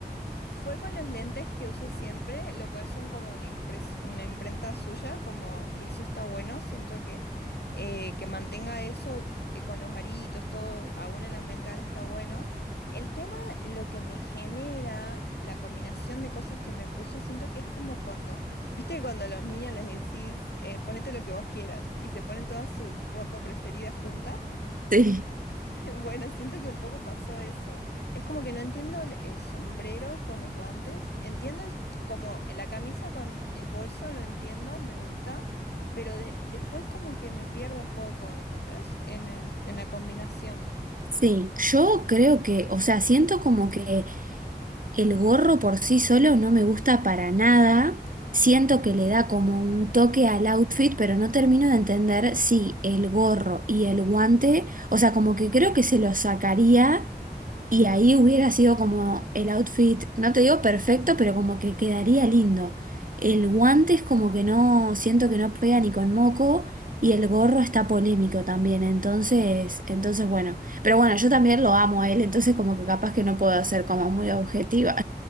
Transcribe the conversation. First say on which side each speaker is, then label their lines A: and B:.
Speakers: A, on the left; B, on the right.
A: Fue con los lentes que uso siempre, lo cual son como una, impres- una imprenta suya, como, y eso está bueno, siento que, eh, que mantenga eso eh, con los aritos, todo, aún en la Met Gala está bueno. El tema, lo que me genera, la combinación de cosas que me puso, siento que es como cuando, viste, cuando a los niños les decís, eh, ponete lo que vos quieras, y se ponen toda su ropa preferida junta.
B: Sí,
A: <laughs> Bueno, siento que un poco pasó eso. Es como que no entiendo el, el sombrero con los guantes. Entiendo es- como la camisa con el bolso, lo entiendo, me gusta, pero de- después como que me pierdo un poco, ¿entendés? En, el- en la combinación.
B: sí, yo creo que, o sea, siento como que El gorro por sí solo no me gusta para nada. Siento que le da como un toque al outfit, pero no termino de entender si el gorro y el guante, o sea, como que creo que se lo sacaría y ahí hubiera sido como el outfit, no te digo perfecto, pero como que quedaría lindo. El guante es como que no, siento que no pega ni con moco y el gorro está polémico también, entonces, entonces bueno. Pero bueno, yo también lo amo a él, entonces como que capaz que no puedo ser como muy objetiva.